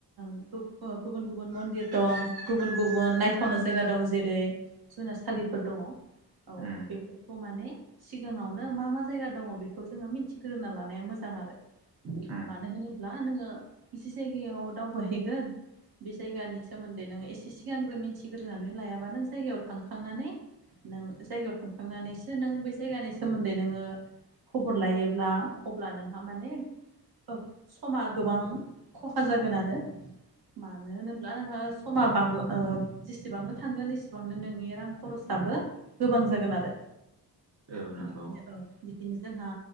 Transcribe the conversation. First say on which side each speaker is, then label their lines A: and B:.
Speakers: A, on the right; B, on the right.
A: गुबुन गुबुन मन्दिर दं गुबुन गुबुन नायथावना जायगा दं जेरै जुनारसालिफोर दङ औ
B: उम
A: बेफोरखौ माने सिगाङावनो मा मा जायगा दङ बेखौ जोङो मिथिग्रोना लानाया मोजां आरो।
B: उम
A: मानो होनोब्ला नोङो एसे जायगायाव दावबायहैगोन बे जायगानि सोमोन्दै नोङो एसे सिगांग्रो मिथिग्रोनानै लायाबा नों जायगायाव थांखांनानै नों जायगायाव थांखांनानैसो नों बे जायगानि सोमोन्दै नोङो खबर लायोब्ला अब्ला नोंहा माने औ समा गोबां खहा जागोन आरो। मानो होनोब्ला नोंहा समा बांला जेसेबांनो थांगोन एसेबांनो नोंनि रां खरसाबो गोबां जागोन आरो।
B: औ नंगौ
A: बिदिनो औ बिदिनो जोंहा